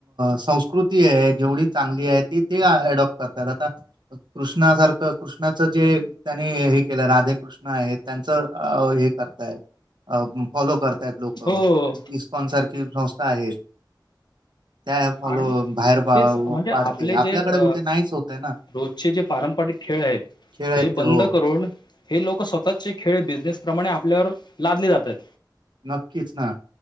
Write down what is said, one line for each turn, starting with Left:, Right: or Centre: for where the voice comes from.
Right: संस्कृती आहे जेवढी चांगली आहे ती ते अडॉप्ट करतात आता कृष्णा सारखं कृष्णाचं जे त्यांनी हे केलं राधेकृष्ण कृष्ण आहे त्यांच हे करताय अ फॉलो करताय लोक
Left: हो
Right: इस्कॉन सारखी संस्था आहेत त्या फॉलो
Left: आणि
Right: बाहेर वाढते
Left: तेच म्हणजे आपले जे
Right: आपल्याकडे
Left: अ
Right: कुठे नाहीच होतय ना
Left: रोजचे जे पारंपरिक खेळ आहेत
Right: खेळ आहेत
Left: ते बंद
Right: हो
Left: करून- हे लोक स्वतःचे खेळ बिझनेस प्रमाणे आपल्यावर लादले जाते-
Right: नक्कीच ना